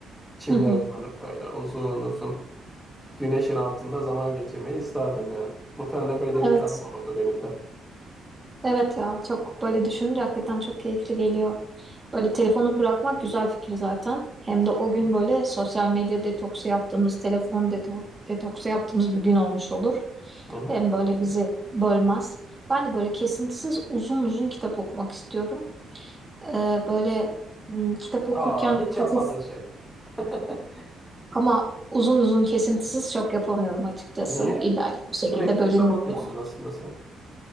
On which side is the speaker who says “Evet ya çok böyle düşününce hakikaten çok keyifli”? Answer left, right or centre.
Right